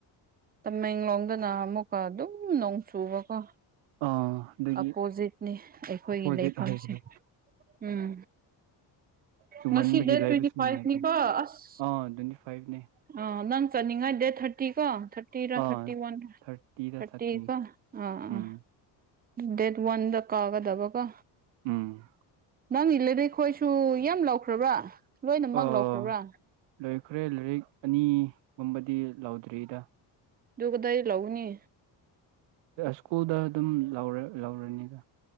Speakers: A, on the right; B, on the right.
A: ꯇꯃꯦ ꯏꯣꯪꯗꯅ ꯑꯃ ꯀ ꯑꯗꯨꯣ ꯎꯝ ꯅꯣꯡ ꯆꯨꯕꯀꯣ
B: ꯑꯥ ꯑꯗꯨꯒꯤ
A: ꯑꯄꯣꯖꯤꯠꯅꯤ ꯑꯩꯈꯣꯏꯒꯤ
B: ꯑꯄꯣꯖꯤꯠ
A: ꯂꯩꯐꯝꯁꯦ
B: ꯑꯣꯏꯈ꯭ꯔꯦ
A: ꯎꯝ
B: ꯆꯨꯝꯃꯟꯕꯒꯤ
A: ꯉꯁꯤ ꯗꯦꯠ
B: ꯂꯩꯕꯁꯨ
A: ꯇ꯭ꯋꯦꯟꯇꯤ ꯐꯥꯏꯚꯅꯤꯀꯣ
B: ꯅꯨꯡꯉꯥꯏꯇꯦ
A: ꯑꯁ
B: ꯑꯥ ꯇ꯭ꯋꯦꯟꯇꯤ ꯐꯥꯏꯚꯅꯦ
A: ꯑ ꯅꯪ ꯆꯅꯤꯡꯉꯥꯏ ꯗꯦꯠ ꯊꯥꯔꯇꯤ ꯀꯣ ꯊꯔꯇ ꯔ
B: ꯑꯥ
A: ꯊꯔꯇ ꯋꯥꯟ ꯊꯔꯇ
B: ꯊꯥꯔꯇꯤꯗ ꯆꯠꯀꯅꯤ
A: ꯀ ꯑ
B: ꯎꯝ
A: ꯑ ꯗꯦꯠ ꯋꯥꯟ ꯀꯥꯒꯗꯕꯒ
B: ꯎꯝ
A: ꯅꯪ ꯏꯜꯂꯗꯤ ꯑꯩꯈꯣꯏꯁꯨ ꯌꯥꯝ ꯂꯧꯈ꯭ꯔꯕ꯭ꯔꯥ ꯂꯣꯏꯅꯃꯛ
B: ꯑꯥ
A: ꯂꯧꯈ꯭ꯔꯕ꯭ꯔꯥ
B: ꯂꯣꯏꯈ꯭ꯔꯦ ꯂꯥꯏꯔꯤꯛ ꯑꯅꯤꯒꯨꯝꯕꯗꯤ ꯂꯧꯥꯎꯗ꯭ꯔꯤꯗ
A: ꯀꯗꯏ ꯂꯎꯅꯤ
B: ꯁ꯭ꯀꯨꯜꯗ ꯑꯗꯨꯝ ꯂꯧꯔ ꯂꯧꯔꯅꯤꯒ